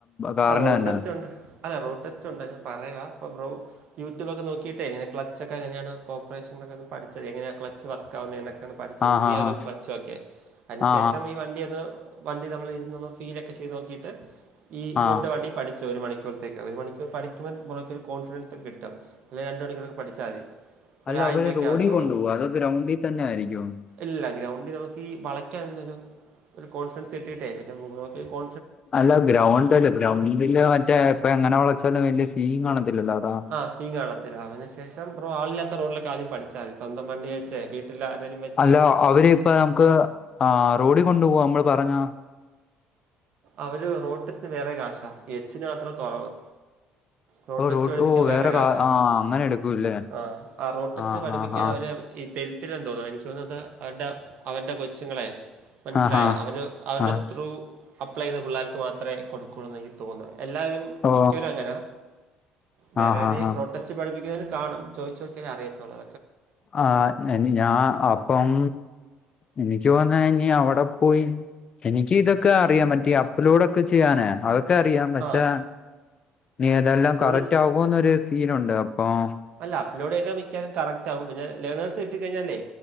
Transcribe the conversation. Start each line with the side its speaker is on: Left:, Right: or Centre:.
Left: കാറിന്
Right: ആഹ് റോഡ്
Left: തന്നെ
Right: ടെസ്റ്റ്ണ്ട് അല്ല റോഡ് ടെസ്റ്റ് ഉണ്ട് ഞാൻ പറയാ അപ്പം ബ്രോ യൂട്യൂബ്ക്കെ നോക്കിയിട്ട എങ്ങനെ ക്ലൊക്ക എങ്ങനെയാണ് കോപ്പറേഷൻ ഒക്ക ഒ പിച്ചത് എങ്ങനെയ ക്ലച്ച് വർക്ക് ക്കന്ന് പഠിച്ചത്
Left: ആ
Right: ഗിയറും
Left: ആ ആ
Right: ഫ്ലച്ചും ഒക്കെ അതിനുശേഷം
Left: ആ
Right: ഈ വണ്ടിതെ വണ്ടി നമ്മൾ ഇരുന്നൊന്ന് ഫീലൊക്കെ ചെയ്ത് നോക്കിയിട്ട് ഈ
Left: ആ
Right: ഇവരുടെ
Left: ആ
Right: വണ്ടി പഠിച്ച് ഒരു മണിക്കൂറത്തേക്ക് ഒരു മണിക്കൂർ പഠിക്കുമ്പോൾ പുറക്കൊ ഒരു കോൺഫിഡൻസ് കിട്ടും അല്ലെങ്കിൽ രണ്ടു മണിക്കുർ പഠിച്ചാൽ മതി ഇപ്പോൾ
Left: അല്ല
Right: ഒരു ആയിരം
Left: അവര്
Right: രൂപയൊക്കെ
Left: റോഡിൽ
Right: ആകത്തുള്ളൂ
Left: കൊണ്ടുപോകും അത ഗ്രൗണ്ടിൽ തന്നെ ആയിരിക്കും
Right: ഇല്ല ഗ്രൗണ്ടിൽ നമുക്ക് ഈ വളയ്ക്കൻന്ന ഒരു കോൺഫിഡൻസ് കിട്ടിയിട്ടേ പിന്നെഗ കോ
Left: അല്ല ഗ്രൗണ്ട്ല്ല ഗ്രൗണ്ടില് മറ്റേ ഇപ്പ എങ്ങനെള ഇപ്പോ വലിയ സീൻകാണത്തില്ലല്ലോ അതാ
Right: ആ സീൻ കാണത്തില്ല അതിന് ശേഷം ബ്രോ ആളില്ലാത്ത റോഡിലൊക്കെ ആദ്യം പഠിച്ചാൽ മതി സ്വന്തം വണ്ടി വെച്ച് വീട്ടിൽ ആരെങ്കിലും വെച്ച്
Left: അല്ല അവര് ഇപ്പ നമുക്ക് ആഹ് റോഡിൽ കൊണ്ടു പോവോ നമ്മള് പറഞ്ഞാ
Right: അവര് റോട്ടടെസ്ന് വേറെ കാശാ എച്ചിന് മാത്രം കുറവ് റോഡ്
Left: ഓ
Right: ടെസ്റ്റ് പഠിപ്പിക്കാൻ
Left: ഓ
Right: വേറെ കാശാ
Left: കാ ആ അങ്ങനെ എടുക്കൂല്ലേ
Right: ആഹ് ആഹ് റോഡ് ടെസ്റ്റ്
Left: ആ
Right: പഠിപ്പിക്കാൻ
Left: ഹാ ഹാ
Right: ഒര ഈ തെരുത്തില എ തോന്നുന്നു എനിക്ക് തോന്നത് അവരുടെ അവരുടെ കൊച്ചുങ്ങളെ മനസ്സിലായ
Left: ആ ഹാ
Right: അവർ അവരുടെ
Left: ആ
Right: ത്രൂ അപ്ലൈ ചെയ്ത പിള്ളേർക്ക് മാത്ര കൊടുകെള്ളു എനിക്ക് തോന്ന് എല്ലാവരും
Left: ഓ
Right: മിക്കവരും അങ്ങനാ വേറെര്
Left: ആ ഹാ ഹാ
Right: റോട്ടസ് പഠിക്കുന്നതിനും കാണും ചോയിച്ചോക്യാ അറിയതോള്ളു
Left: ആഹ് എനി ഞാ അപ്പം എനിക്ക് പോന്ന ഇനി അവിടെ പോയി എനിക്ക് ഇതൊക്കെ അറിയാം മറ്റേ അപ്പ്ലോഡൊക്കെ ചെയ്യാനെ അ ക്കെ അറിയാം പക്ഷെ
Right: ആ
Left: ഇനി അതെല്ലാം
Right: അപ്ലോഡ്
Left: കറക്റ്റ്
Right: ചെ-
Left: ആകുമന്നൊരു സീനുണ്ട് അപ്പമ്
Right: അല്ല അപ്ലോഡ് ചെയ്താ മിക്കാനും കറക്റ്റ് ക്കും പിന്നെ ലേണേഴ്സ് കിട്ടി കഴിഞ്ഞല്ലേ